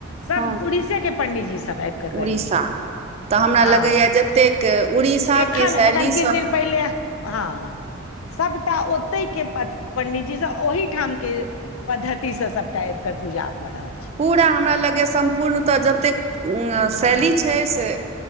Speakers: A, on the left; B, on the right.
A: सब
B: हँ
A: उड़ीसे केँ पंडीजी सब आइब कऽ
B: उड़ीसा
A: करै छथिन।
B: तऽ हमरा लगैए
A: हँ
B: जतेक उड़ीसाके
A: एखन
B: शैलीसँ
A: एखन किछ दिन पहिले। हँ हँ सभटा ओतहि केँ पथ पंडीजी सब ओहिठाम केँ। पद्धति सँ सबटा एक तऽ पूजा भऽ रहल छै।
B: पूरा हमरा लगे सम्पूर्णतः जतेक शैली
A: हँ
B: छै से